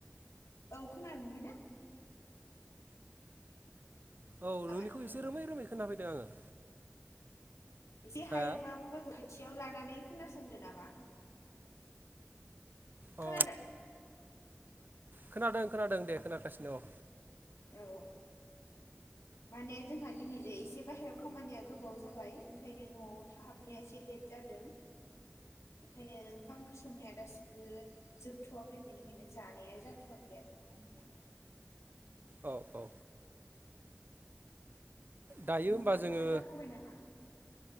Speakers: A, on the left; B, on the right.
A: औ खोना मोनबायना
B: औ नोंनिखौ
A: नोंथांनियाव
B: एसे रोमै रोमै खोनाफैदों आङो
A: एसे
B: हा
A: हायोबा मबाइलखौ खाथियाव लानानै खोनासंदो नामा
B: अ
A: खोनादों
B: खोनादों खोनादों दे खोनागासिनो औ
A: औ माने जोंहा दिनैजों एसे बाहेरायाव खामानिया गोबाव जाबाय ओंखायनो न'आव थ हाबनाया एसे लेट जादों ओंखायनो ओंखाम ओंख्रि संनाया दासिमबो जोबथवाखै बेनिखायनो जानाया जाथवाखै आरो आंनिया
B: औ औ दायो
A: नोंथाङा
B: होमबा जोङो
A: जाखांबाय नामा?